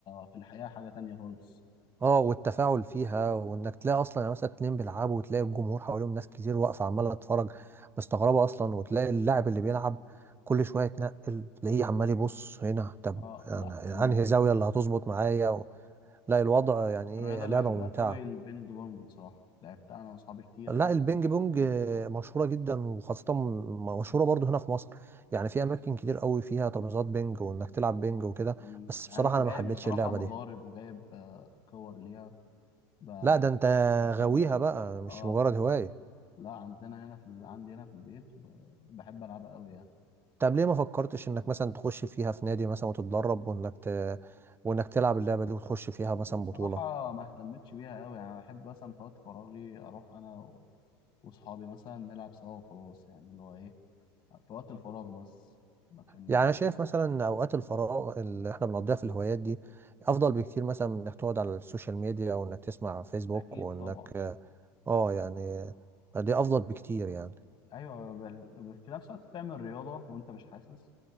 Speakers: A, on the left; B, on the right.
A: في الحقيقة حاجة تانية خالص
B: اه آه، والتفاعل فيها وانك تلاقي اصلا يعني مثلا اتنين بيلعبوا وتلاقي الجمهور حواليهم ناس كتير واقفة عمالة تتفرج مستغربة اصلا وتلاقي اللاعب اللي بيلعب كل شوية يتنقل تلاقيه عمال يبص هنا طب
A: اه
B: انا
A: لا ال...
B: انهي زاوية اللي هتظبط معايا لا الوضع يعني
A: الرياضة
B: ايه
A: اللي
B: لعبة
A: بحبها
B: ممتعة
A: قوي البينج بونج بصراحة لعبتها انا واصحابي كتير
B: لا
A: حتى
B: البينج بونج آه، مشهورة جدا وخاصة م- مشهورة برضو هنا في مصر يعني في أماكن كتير قوي فيها ترابيزات بينج وإنك تلعب بينج وكده
A: مم.
B: بس
A: انا
B: بصراحة أنا
A: جايب
B: ما حبيتش
A: بصراحة
B: اللعبة
A: مضارب
B: دي
A: وجايب آه، كور ليها ب-
B: لا ده أنت
A: بحب العبها
B: غاويها
A: قوي
B: بقى مش
A: اه
B: مجرد هواية
A: لا عندنا هنا في ال... عندي هنا في البيت وبحب العبها قوي يعني
B: طب ليه ما فكرتش إنك مثلا تخش فيها في نادي مثلا وتتدرب وإنك ت... وإنك تلعب اللعبة دي وتخش فيها مثلا
A: بصراحة
B: بطولة
A: ما اهتمتش بيها قوي يعني بحب مثلا في وقت فراغي اروح انا و... واصحابي مثلا نلعب سوا وخلاص يعني اللي هو ايه في وقت الفراغ بس لكن
B: يعني انا شايف مثلا ان اوقات الفراغ اللي احنا بنقضيها في الهوايات دي افضل بكتير مثلا من انك تقعد على السوشيال ميديا او انك تسمع فيسبوك
A: اكيد
B: وانك
A: طبعا
B: اه يعني دي افضل بكتير يعني
A: ايوه بل... في نفس الوقت بتعمل رياضه وانت مش حاسس